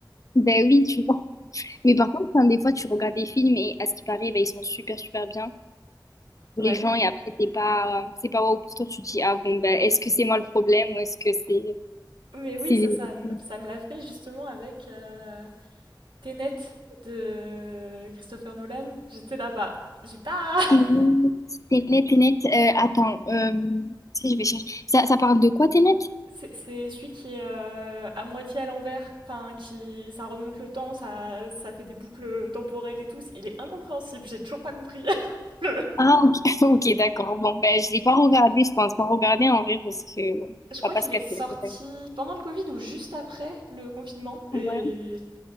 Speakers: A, on the left; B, on the right.
A: Ben oui, tu vois. Mais par contre, enfin, des fois, tu regardes des films et à ce qui paraît, ben, ils sont super, super bien pour
B: Ouais.
A: les gens et après, t'es pas, c'est pas waouh pour toi. Tu te dis, ah bon, ben, est-ce que c'est moi le problème ou est-ce que c'est
B: Mais oui,
A: c'est
B: ça,
A: les
B: ça, m-
A: gens?
B: ça me l'a fait justement avec euh, Tenet de Christopher Nolan. J'étais là-bas. J'ai pas. <laughs>
A: T'es net, t'es net, t'es net. Euh, attends, euh, tu sais, je vais chercher. Ça, ça parle de quoi, t'es net?
B: C'est, c'est celui qui est euh, à moitié à l'envers. Enfin, qui. Ça remonte le temps, ça, ça fait des boucles temporelles et tout. Il est incompréhensible, j'ai toujours pas compris. <laughs> le-
A: Ah, ok, <laughs> ok, d'accord. Bon, ben, je l'ai pas regardé, je pense pas regarder en vrai parce que bon,
B: Je crois
A: on va pas
B: qu'il
A: se casser
B: est sorti
A: la tête. avec.
B: pendant le Covid ou juste après le confinement. Et,
A: Ouais,